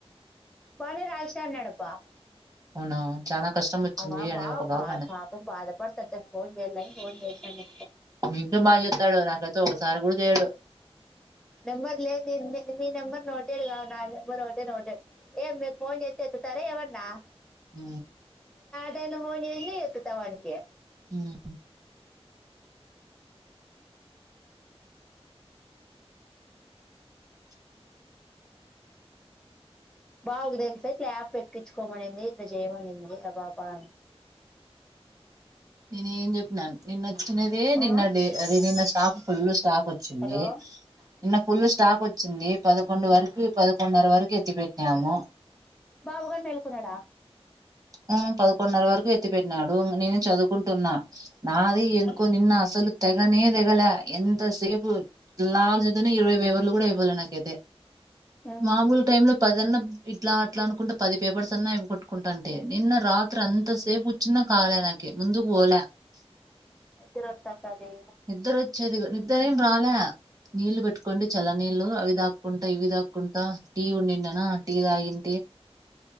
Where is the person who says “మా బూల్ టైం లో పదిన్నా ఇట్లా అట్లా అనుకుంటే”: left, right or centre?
Right